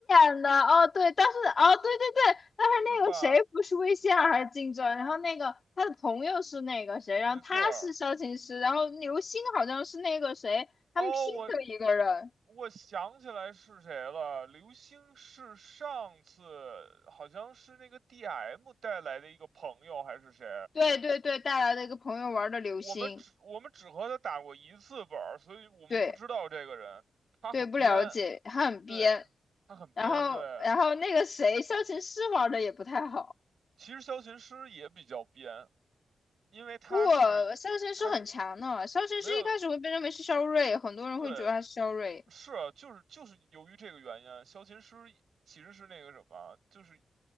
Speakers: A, on the left; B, on the right.
A: 演的。哦，对，但是哦，对对对，但是那个谁不是魏仙儿还是金正，
B: 对吧？
A: 然后那个他的朋友是那个谁，然后他是萧琴师，
B: 没错儿。
A: 然后刘星好像是那个谁，他们拼的一个人。
B: 哦，我我想起来是谁了，刘星是上次好像是那个 DM 带来的一个朋友还是谁？
A: 对对对，带来的一个朋友玩的刘星，
B: 我们只我们只和他打过一次本儿，所以我们不知道这个人。
A: 对
B: 他很编，
A: 对，不了解，他很编。
B: 对，他很编，
A: 然后然后那个谁，
B: 对。
A: 萧琴师玩的也不太好。
B: 其实萧琴师也比较编，因为他是他是
A: 不，肖申是很强的。肖申是一开始会被认为是肖瑞，
B: 没有
A: 很多人会觉得他是肖瑞，
B: 对是啊，就是就是由于这个原因啊，萧琴师其实是那个什么，就是